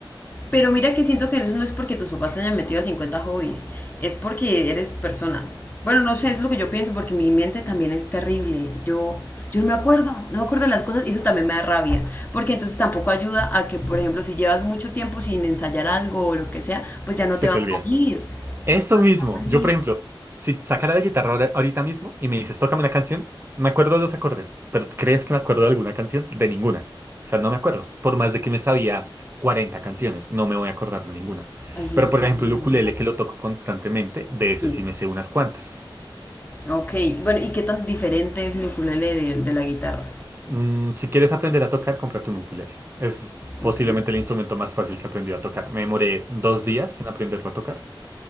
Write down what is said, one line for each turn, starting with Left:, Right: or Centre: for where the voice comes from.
Left: Pero mira que siento que eso no es porque tus papás te hayan metido a 50 hobbies, es porque eres persona. Bueno, no sé, es lo que yo pienso, porque mi mente también es terrible. Yo, yo no me acuerdo, no me acuerdo de las cosas y eso también me da rabia. Porque entonces tampoco ayuda a que, por ejemplo, si llevas mucho tiempo sin ensayar algo o lo que sea, pues ya no
Right: Se
Left: te va
Right: te
Left: a
Right: olvida.
Left: salir.
Right: Eso
Left: No te
Right: mismo.
Left: va a salir.
Right: Yo, por ejemplo, si sacara la guitarra ahora- ahorita mismo y me dices, tócame una canción, me acuerdo de los acordes. Pero ¿tú ¿crees que me acuerdo de alguna canción? De ninguna. O sea, no me acuerdo. Por más de que me sabía 40 canciones, no me voy a acordar de ninguna.
Left: Ay,
Right: Pero,
Left: eso es
Right: por ejemplo,
Left: horrible.
Right: el ukulele que lo toco constantemente, de
Left: Sí.
Right: ese sí me sé unas cuantas.
Left: Ok, bueno, ¿y qué tan diferente es el ukulele de, de la guitarra?
Right: Mm, si quieres aprender a tocar, cómprate un ukulele. Es posiblemente
Left: Ok.
Right: el instrumento más fácil que aprendí a tocar. Me demoré dos días en aprenderlo a tocar.